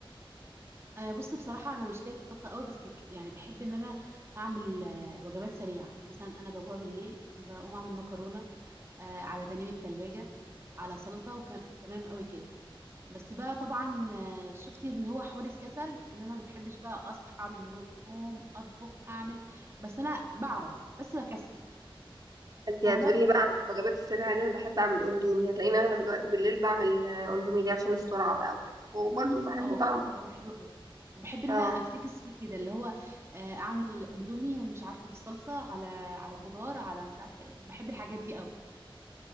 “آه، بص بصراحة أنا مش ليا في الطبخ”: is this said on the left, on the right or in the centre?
Right